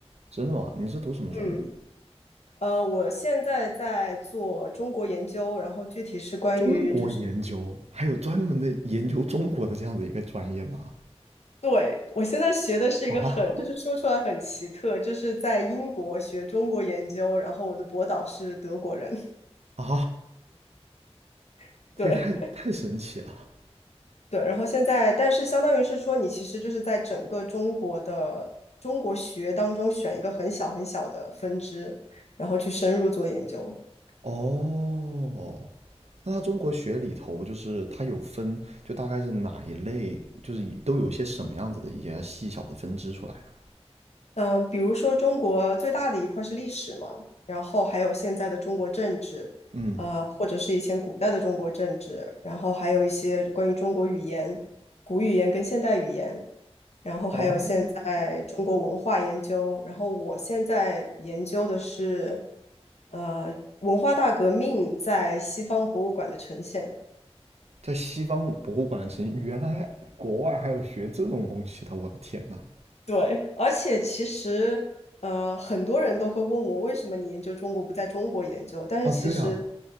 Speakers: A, on the right; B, on the left.
A: 真的吗？你是读什么专业的？
B: 嗯，呃，我现在在做中国研究，然后具体是关于就是，
A: 中国研究，还有专门的研究中国的这样子一个专业吗？
B: 对，我现在学的是一个很，
A: 啊
B: 就是说出来很奇特，就是在英国学中国研究，然后我的博导是德国人，
A: 啊，
B: <laughs>
A: 这也太太神奇了。
B: 对。对，然后现在，但是相当于是说，你其实就是在整个中国的中国学当中选一个很小很小的分支，然后去深入做研究。
A: 哦，那他中国学里头就是它有分，就大概是哪一类，就是都有些什么样子的一些细小的分支出来呢？
B: 嗯，比如说中国最大的一块是历史嘛，然后还有现在的中国政治，
A: 嗯，
B: 呃，或者是以前古代的中国政治，然后还有一些关于中国语言、古语言跟现代语言，然后还有现在中国文化研究，
A: 哦，
B: 然后我现在研究的是，呃，文化大革命在西方博物馆的呈现。
A: 在西方博物馆的事情，原来国外还有学这种东西的，我的天呐。
B: 对，而且其实，呃，很多人都会问我，为什么你研究中国不在中国研究？但是其实，
A: 哦，对啊，